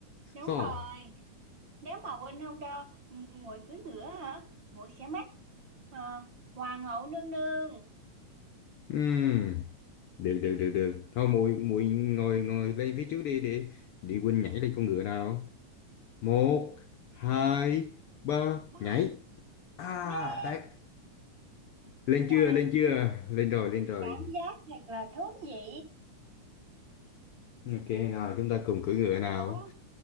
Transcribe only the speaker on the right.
Đúng
rồi, nếu mà huynh không cho ừ, muội cưỡi ngựa hả? Muội sẽ mất à, hoàng hậu nương nương.
Ba,
yeah,
chà,
cảm giác thật là thú vị.
Ngủ á,